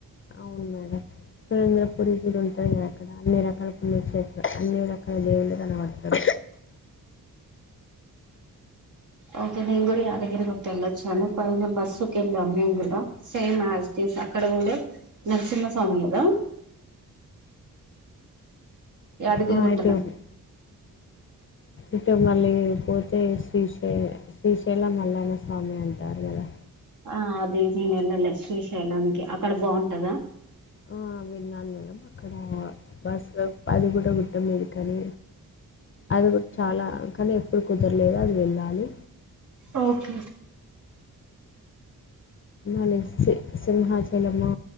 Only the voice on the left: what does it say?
అవును మేడం సురేంద్రపురి కూడా ఉన్ పైగా అక్కడ అన్ని రకాల పుణ్యక్షేత్ర అన్ని రకాల దేవుళ్ళు కనపడతారు
ఆ
అయితే అవునా ఇటు మళ్ళీ పోతే శ్రీశైల శ్రీశైలం మల్లన్న స్వామి అంటారు కదా
ఆ విన్నాను మేడం ఇక్కడ బస్ లో పదు కూడా అమెరికాని అది కూడా చాలా కానీ ఏప్పుడూ కుదరలేదు అది వెళ్ళాలి
మాలి సే సింహాచలము